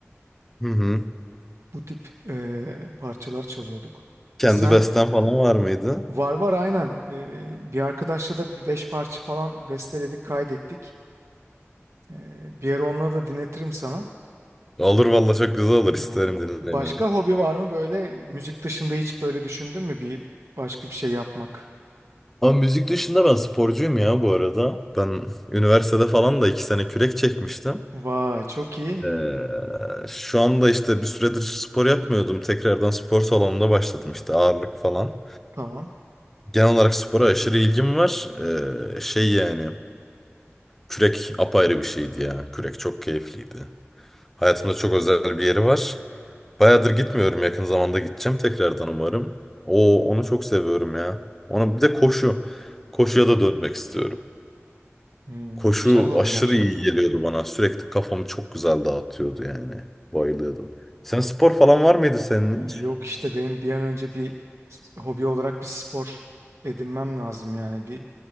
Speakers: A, in the centre; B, on the right.
A: Hı hı.
B: bu tip eee, parçalar çalıyorduk.
A: Kendi
B: Sen
A: besten falan var mıydı?
B: var var aynen. Eee, bir arkadaşla da bir beş parça falan besteledik, kaydettik. Ee, bir ara onları da dinletirim sana.
A: Olur valla çok güzel olur. İsterim
B: Ee,
A: dinlemeyi.
B: Başka hobi var mı böyle müzik dışında hiç böyle düşündün mü bir başka bir şey yapmak?
A: Ama müzik dışında ben sporcuyum ya bu arada. Ben üniversitede falan da iki sene kürek çekmiştim.
B: Vay çok iyi.
A: Ee, şu anda işte bir süredir spor yapmıyordum. Tekrardan spor salonunda başladım işte ağırlık falan.
B: Tamam.
A: Genel olarak spora aşırı ilgim var. Ee, şey yani kürek apayrı bir şeydi ya. Kürek çok keyifliydi. Hayatımda çok özel bir yeri var. Bayağıdır gitmiyorum. Yakın zamanda gideceğim tekrardan umarım. O onu çok seviyorum ya. Ona bir de koşu. Koşuya da dönmek istiyorum.
B: Hmm,
A: Koşu
B: güzel hobiler.
A: aşırı iyi geliyordu bana. Sürekli kafamı çok güzel dağıtıyordu yani. Bayılıyordum. Sen spor falan var mıydı senin
B: Yok
A: hiç?
B: işte benim bir an önce bir s- hobi olarak bir spor edinmem lazım yani bir